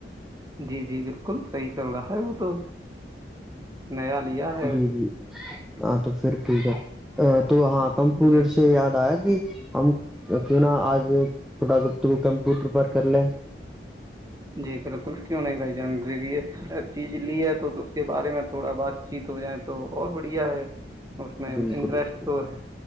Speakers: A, on the right; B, in the centre.
A: جی جی بالکل صحیح چل رہا ہے وہ تو نیا لیا ہے
B: جی جی ہاں تو پھر ٹھیک ہے تو ہاں کمپٹر
A: جی
B: سے یاد آیا کہ ہم کیوں نا آج تھوڑات کمپیوٹر پر کر لے
A: جی بالکل کیوں نہیں بھائی جان یہ چیز لی ہے تو تو اس کے بارے میں تھوڑا بات چیت ہو جائےیں تو اور بڑھیا ہے اس میں
B: بالکل
A: انٹرسٹ
B: بالکل
A: تو ہے